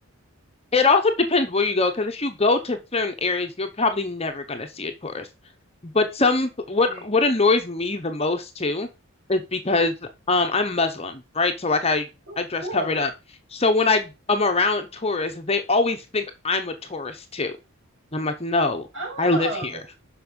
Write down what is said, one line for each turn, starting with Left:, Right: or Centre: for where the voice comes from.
Left: it also depends where you go. Because if you go to certain areas, you're probably never gonna see a tourist. But some what
Right: Okay.
Left: what annoys me the most too is because um I'm Muslim, right? So like I
Right: Oh,
Left: I dress
Right: Cool.
Left: covered up. So when I am around tourists, they always think I'm a tourist too. And I'm like, no,
Right: Oh,
Left: I live here.